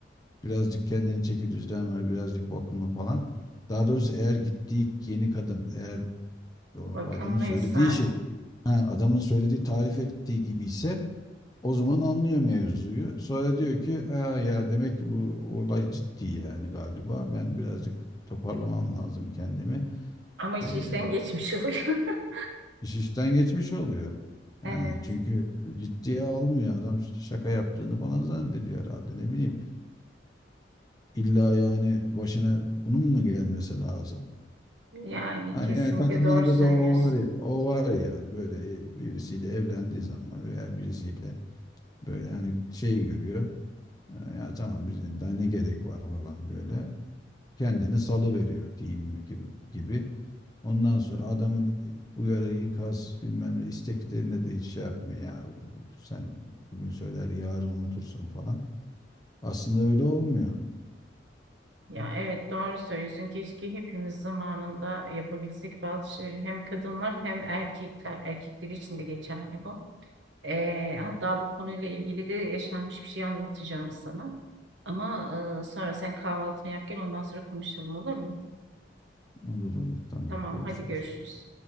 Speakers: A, on the left; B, on the right.
A: birazcık kendini çeki düzen ver, birazcık bakımlı falan. Daha doğrusu eğer gittiği yeni kadın eğer o o
B: bakımlıysa
A: adamın söylediği şey, ha, adamın söylediği tarif ettiği gibi ise o zaman anlıyor mevzuyu. Sonra diyor ki ha, ya demek ki bu olay ciddi yani galiba. Ben birazcık toparlamam lazım kendimi.
B: ama iş
A: Ee,
B: işten geçmiş oluyor. <laughs>
A: iş işten geçmiş oluyor. Yani
B: Evet
A: çünkü ciddiye almıyor. Adam şaka yaptığını falan zannediyor herhalde. Ne bileyim. İlla yani başına bunun mu gelmesi lazım?
B: yani
A: Hani
B: kesinlikle
A: yani kadınlarda
B: doğru söylüyorsun.
A: da o var ya, o var ya, yani böyle birisiyle evlendiği zaman veya birisiyle böyle hani şey görüyor. E, Ya tamam bizim daha ne gerek var falan böyle kendini salı veriyor diyeyim gibi, gibi. Ondan sonra adamın e, uyarı, ikaz bilmem ne isteklerine de hiç şey yapmıyor. Ya sen bugün söyler yarın unutursun falan. Aslında öyle olmuyor.
B: Ya evet doğru söylüyorsun. Keşke hepimiz zamanında yapabilsek bazı şeyleri hem kadınlar hem erkekler. Erkekler için de geçerli bu. Ee, hatta bu konuyla ilgili de yaşanmış bir şey anlatacağım sana. Ama e, sonra sen kahvaltını yap gel ondan sonra konuşalım olur mu?
A: Olur olur tamam
B: Tamam
A: görüşürüz.
B: hadi görüşürüz.